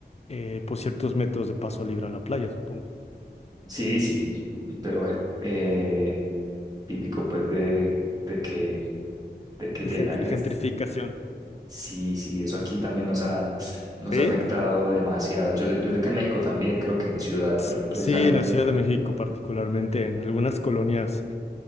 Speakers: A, on the left; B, on the right.
A: eh, pues, ciertos métodos de paso libre a la playa, supongo.
B: sí, sí, pero bueno, eh, típico pues de, de que de que llega.
A: Gentri-
B: es-
A: gentrificación.
B: sí, sí, eso aquí también nos ha, nos
A: Sí,
B: ha afectado demasiado. Yo, sé- yo sé que en México también, creo que en ciudad
A: S-
B: pre- precisamente.
A: sí, en la Ciudad de México, particularmente en algunas colonias